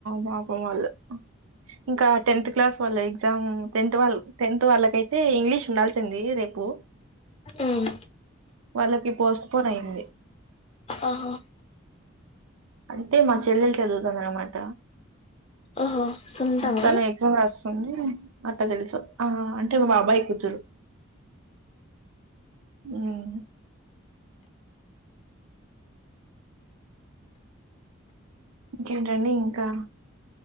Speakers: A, on the right; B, on the left.
A: పాపం వాళ్ళు ఇంకా టెన్త్ క్లాస్ వాళ్ళ ఎగ్జామ్ టెన్త్ వాళ్ళు టెన్త్ వాళ్ళకైతే ఇంగ్లీష్ ఉండాల్సింది రేపు
B: ఉమ్
A: వాళ్ళకి పోస్ట్ పోన్ అయింది
B: ఆహా
A: అంటే మా చెల్లెలు చదువుతానన్నమాట
B: ఓహో సొంతమా
A: తను ఎగ్జామ్ రాస్తుంది అట్లా తెలుసు ఆ అంటే మా బాబాయ్ కూతురు ఉమ్, ఇంకేంటండి ఇంకా